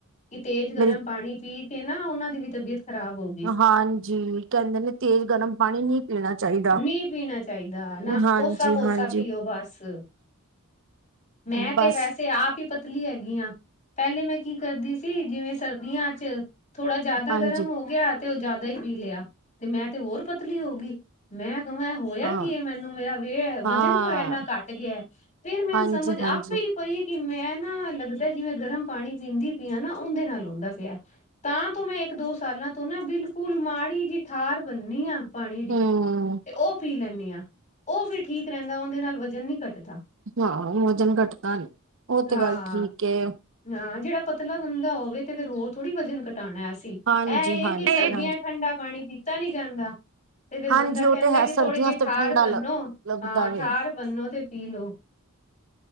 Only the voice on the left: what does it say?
ਕਿ ਤੇਜ਼ ਗਰਮ
ਪਾਣੀ ਪੀ ਕਿ ਨਾ ਉਨਾਂ ਦੀ ਵੀ ਤਬੀਅਤ ਖਰਾਬ ਹੋ ਗਈ‌।
ਨੀ ਪੀਣਾ ਚਾਹੀਦਾ ਨਾ
ਕੋਸਾ ਕੋਸਾ
ਪੀਓ ਬਸ। ਮੈਂ ਤੇ
ਵੈਸੇ ਆਪ ਵੀ ਪਤਲੀ ਹੈਗੀ ਆ ਪਹਿਲੇ ਮੈਂ ਕੀ ਕਰਦੀ ਸੀ ਜਿਵੇਂ ਸਰਦੀਆਂ ਚ ਥੋੜਾ ਜਿਆਦਾ
ਗਰਮ ਹੋ ਗਿਆ ਤੇ ਉਹ ਜ਼ਿਆਦਾ ਹੀ ਪੀ ਲਿਆ ਤੇ ਮੈਂ ਤੇ ਹੋਰ ਪਤਲੀ ਹੋ ਗਈ। ਮੈਂ ਕਵਾਂ ਹੋਇਆ
ਕੀ ਹੈ ਮੈਨੂੰ ਮੇਰਾ ਵੇਹ ਵਜਨ
ਕਿਉ ਇੰਨਾ ਘੱਟ ਗਿਆ। ਫਿਰ ਮੈਂਨੂੰ
ਸਮਝ
ਆਪੇ ਈ ਪਈ ਕਿ ਮੈਂ ਨਾ ਲੱਗਦਾ ਜਿਵੇਂ ਗਰਮ ਪਾਣੀ ਪੀਂਦੀ ਪਈ ਨਾ ਉਹਦੇ ਨਾਲ ਹੁੰਦਾ ਪਿਆ। ਤਾਂ ਤੋਂ ਮੈਂ ਇੱਕ ਦੋ ਸਾਲਾਂ ਤੋਂ ਨਾ ਬਿਲਕੁਲ ਮਾੜੀ ਜਿਹੀ ਠਾਰ ਭੰਨੀ ਆ ਪਾਣੀ ਦੀ।
ਤੇ ਉਹ ਪੀ ਲੈਂਨੀ ਆ ਉਹ ਫਿਰ ਠੀਕ ਰਹਿੰਦਾ ਉਹਦੇ ਨਾਲ ਵਜ਼ਨ ਨਈ ਘੱਟਦਾ।
ਹਾਂ।
ਹਾਂ ਜਿਹੜਾ ਪਤਲਾ ਬੰਦਾ ਹੋਵੇ ਤੇ ਫ਼ਿਰ ਹੋਰ ਥੋੜ੍ਹੀ ਵਜਨ ਘਟਾਉਣਾ ਅਸੀ। ਇਹ
ਇਹ
ਕਿ ਸਰਦੀਆਂ
ਚ ਠੰਡਾ ਪਾਣੀ ਪੀਤਾ ਨੀ ਜਾਂਦਾ। ਤੇ ਫਿਰ ਬੰਦਾ
ਕਹਿੰਦਾ
ਕਿ
ਥੋੜ੍ਹੀ ਜਿਹੀ
ਠਾਰ
ਭਨੋ
ਹਾਂ
ਠਾਰ ਭਨੋ ਤੇ ਪੀ ਲਓ।